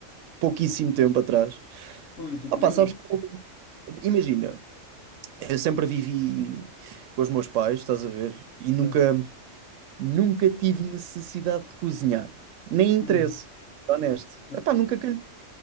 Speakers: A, on the right (about 75°); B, on the left (about 70°).
A: pouquíssimo tempo atrás.
B: ui, estou
A: Ah,
B: curioso.
A: pá, sabes que eu- imagina, eu sempre vivi com os meus pais, estás a ver, e
B: Certo.
A: nunca, nunca tive necessidade de cozinhar, nem interesse,
B: Hum,
A: honesto.
B: exato.
A: Epá, nunca calhou.